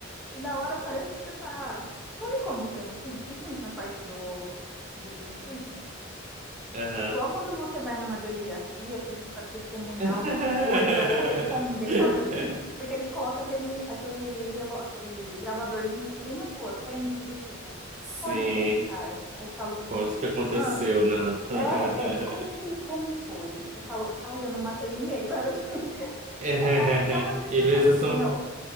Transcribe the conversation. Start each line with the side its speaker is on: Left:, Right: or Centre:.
Centre: e na hora parece que você tá, sabe como que eu me sinto? Principalmente na parte do, do, do speaking.
Right: Aham.
Centre: Igual quando você vai numa delegacia para testemunhar
Right: <laughs>
Centre: alguma coisa ou responder, sabe assim? Porque eles colocam aquele, aquele, relo- aquele gravadorzinho assim bem na sua frente, do tipo,
Right: Sim,
Centre: pode começar. Aí eu falo,
Right: conte o que aconteceu,
Centre: ah,
Right: não. <laughs>
Centre: é, é, conte-me como foi. Eu falo, ai, eu não matei ninguém, sabe assim?
Right: <laughs> E
Centre: <laughs> Aí me dá uma sensação
Right: às vezes
Centre: do
Right: eu
Centre: tipo,
Right: sou.
Centre: não,